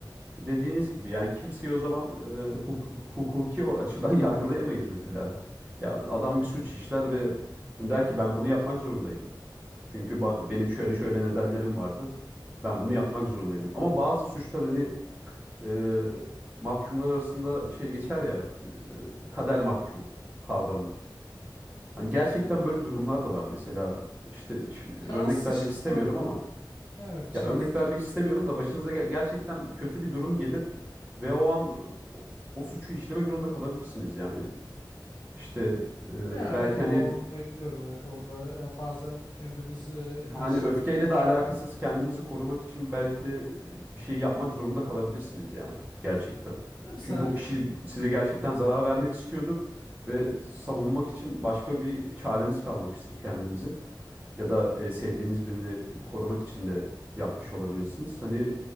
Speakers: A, on the right; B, on the left.
A: Dediğiniz gibi yani kimseyi o zaman e, hukuk- hukuki o açıdan <laughs> yargılayamayız mesela. Ya adam bir suç işler ve bunu der ki ben bunu yapmak zorundaydım. Çünkü ba- benim şöyle şöyle nedenlerim vardı. Ben bunu yapmak zorundaydım. Ama bazı suçlar hani e, mahkumlar arasında şey geçer ya e, kader mahkumu kavramı. Hani gerçekten
B: Yani
A: böyle durumlar da var. Mesela işte şimdi
B: şans
A: örnek
B: işi
A: vermek istemiyorum
B: var tabii
A: ama
B: ki. Evet şans
A: ya örnek
B: işi.
A: vermek istemiyorum da başınıza ge- gerçekten kötü bir durum gelir ve o an o, o suçu işlemek zorunda kalabilirsiniz yani. İşte e,
B: Ya
A: belki
B: evet o
A: hani
B: anlayabiliyorum evet orada yani bazen kendimiz e, her
A: hani
B: şeyi
A: öfkeyle
B: kontrol
A: de alakasız
B: ediyoruz.
A: kendinizi korumak için belki de e, bir şey yapmak zorunda kalabilirsiniz yani gerçekten.
B: Tabii Salih.
A: Çünkü o kişi size gerçekten zarar vermek istiyordur ve savunmak için başka bir çareniz kalmamıştır kendinizi. ya da e, sevdiğiniz birini korumak için de yapmış olabilirsiniz. Hani